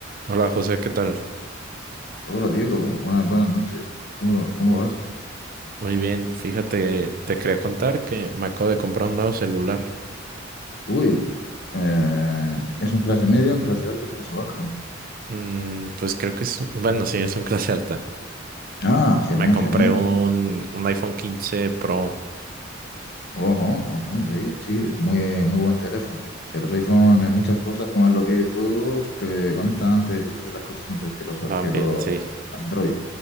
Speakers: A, on the right; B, on the left.
A: Hola José, ¿qué tal?
B: Hola Diego, buenas, buenas noches. ¿Cómo, cómo vas?
A: Muy bien, fíjate, te quería contar que me acabo de comprar un nuevo celular.
B: Uy, eh, ¿es un clase media, un clase alto, clase baja?
A: Mm, pues creo que es, un- bueno, sí, es un clase alta.
B: Ah, genial,
A: Me compré
B: genial.
A: un, un iPhone quince Pro
B: Ojo, ojo, sí, sí, muy, muy buen teléfono. Que los iPhone en muchas cosas, como en los videojuegos, te conectan antes y te hacen las cosas antes que los,
A: también,
B: que los
A: sí.
B: Android.